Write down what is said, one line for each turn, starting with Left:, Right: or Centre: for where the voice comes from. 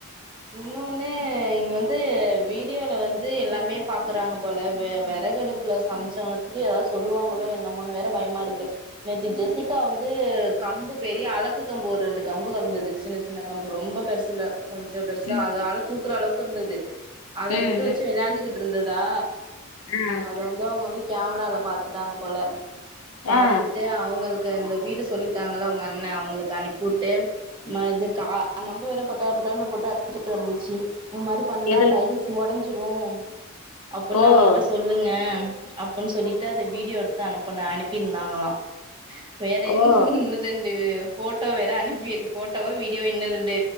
Right: இன்னொன்னு இங்க வந்து வீடியோல வந்து எல்லாமே பாக்குறாங்க போல வ வெறகடுப் புல சம்ச்சானதுக்கு எதாவ்து சொல்லுவாங்களோ என்னமோனு வேற பயமாருக்கு நேத்து ஜெசிகா வந்து கம்பு பெரிய அலக்கு கம்பு ஒர் ரெண்டு கம்பு கடந்தது சின்ன சின்ன கம்பு ரொம்ப பெருசுல கொஞ்சோ பெருசா
Left: ம்
Right: அது அல தூக்குற அளவுக்கு இருந்தது அத
Left: ம்
Right: எடுத்து வெச்சு வெளையாண்டுக்கிட்டுருந்ததா
Left: ம்
Right: அது வந் து அவுங்க வந்து கேமரால பாத்துட்டாங்க போல பாத்துட்டு
Left: ஆ ஆ
Right: அவுங்களுக் க இந்த வீடு சொல்லிவுட்டாங்கள அவுங்க அண்ணே அவுங்களுக்கு அனுப்புட்டு ம இது க கம்பு வேற பட்டார் பட்டார்ன்னு போட்டு அடிச்சுட்டு இருந்துச்சு அந் மாரி பண்ணனா
Left: எதுல
Right: டைல்ஸ் ஒடஞ்சிரு அப்பின்
Left: ஓ!
Right: அவுங்கள்ட்ட சொல் லுங்க அப்பன் சொல்லிட்டு அத வீடியோ எடுத்து அனுப்புன அனுப்பிருந்தாங்களா வேற
Left: ஓ!
Right: என்ன <unintelligible> இது ஃபோட்டோ வேற அனுப்பிரு ஃபோட்டோவோ வீடியோவோ இன்னு ரெண்டு